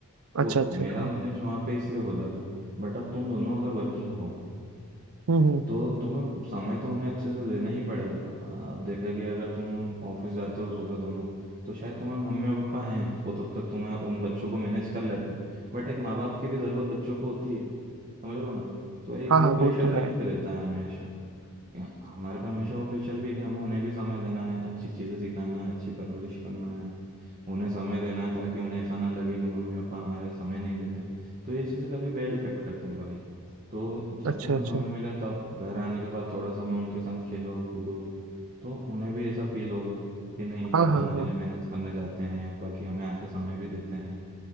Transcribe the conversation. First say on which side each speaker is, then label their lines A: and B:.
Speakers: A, on the right; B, on the right.
A: तो
B: अच्छा अच्छा
A: मेरा
B: हाँ
A: मैनेज वहाँ पे इसलिए हो जाता है बट अब तुम दोनों अगर वर्किंग हो
B: हम्म हम्म
A: तो तुम्हें समय तो उन्हें अच्छे से देना ही पड़ेगा आ, देखा गया अगर तुम ऑफिस जाते हो सुबह दोनों तो शायद तुम्हारे मम्मी और पापा हैं तो वो तब तक तुम्हें उन बच्चों को मैनेज कर लेते हैं बट एक माँ बाप की भी ज़रूरत बच्चों को होती है समझ रहे हो ना तो एक
B: हाँ
A: वो
B: हाँ
A: प्रेशर
B: वो तो
A: भी हम
B: है
A: पे रहता है हमेशा हमारे पे हमेशा वो प्रेशर भी है कि हमें उन्हें भी समय देना है अच्छी चीज़ें सिखाना है अच्छी परवरिश करना है उन्हें समय देना है ताकि उन्हें ऐसा ना लगे कि मम्मी पापा हमारे समय नहीं देते तो ये चीज़ें काफ़ी बैड इफेक्ट करती है मेरा भाई तो जब
B: अच्छा
A: तुम्हें
B: अच्छा
A: समय मिले तब घर आने के बाद थोड़ा समय उनके साथ खेलो कूदो तो उन्हें भी ऐसा फील होगा कि नहीं
B: हाँ
A: पापा
B: हाँ
A: हमारे
B: हाँ
A: लिए मेहनत करने जाते हैं बाकी हमें आके समय भी देते हैं